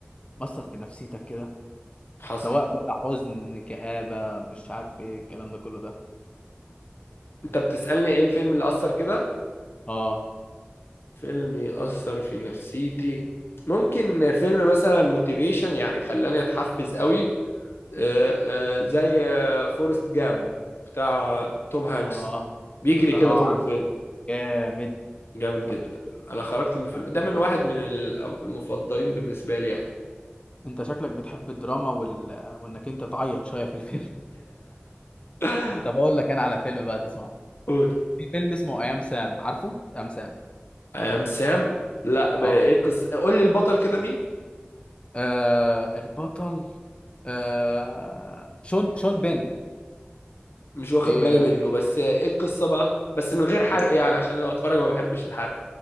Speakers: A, on the left; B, on the left.
A: اثر في نفسيتك كده
B: حصل
A: سواء بقى حزن كآبة مش عارف ايه الكلام ده كله ده
B: انت بتسالني ايه الفيلم اللي اثر كده
A: اه
B: فيلم يأثر في نفسيتي ممكن فيلم مثلا موتيفيشن يعني خلاني اتحفز قوي آه، آه، زي آه، فورست جامب بتاع آه، توم هانكس
A: اه
B: بيجري
A: بتاع
B: كده
A: اه
B: طول
A: عارف
B: الفيلم
A: جامد
B: جامد جدا
A: حبيت
B: انا خرجت من الفيلم
A: حبيته
B: ده من
A: قوي
B: واحد من ال- المفضلين بالنسبه لي يعني
A: انت شكلك بتحب الدراما وال... وانك انت تعيط شويه في الفيلم
B: <coughs>
A: <laughs> طب اقول لك انا على فيلم بقى تسمعه
B: <laughs> قول
A: في فيلم اسمه ايام سام عارفه ايام سام
B: ام سام لا ب-
A: اه
B: ايه القصه قول لي البطل كده مين
A: آه، البطل آه شون شون بين
B: مش واخد
A: في
B: بالي منه بس ايه القصه بقى بس من غير حرق
A: بص
B: يعني عشان لو اتفرج ما بحبش الحرق